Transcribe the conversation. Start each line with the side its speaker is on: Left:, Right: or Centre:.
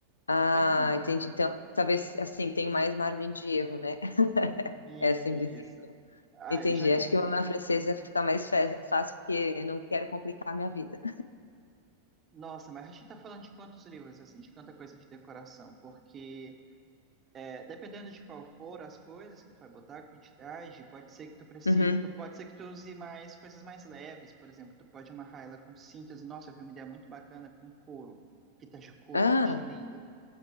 Left: Ah,
Right: no ferrinho.
Left: entendi. Então, talvez assim, tem mais margem de erro, né? <laughs>
Right: Isso,
Left: Essa invisível.
Right: isso. Ah,
Left: Entendi.
Right: já com...
Left: Acho que uma mão francesa fica mais fe- fácil, porque eu não quero complicar a minha vida.
Right: Nossa, mas a gente tá falando de quantos livros, assim, de quanta coisa de decoração, porque É, dependendo de qual for as coisas que tu vai botar, a quantidade, pode ser que tu precise,
Left: Uhum.
Right: tu pode ser que tu use mais coisas mais leves, por exemplo, tu pode amarrar ela com cintas, e, nossa, eu vi uma ideia muito bacana com couro, fitas de couro,
Left: Ah,
Right: que eu achei linda.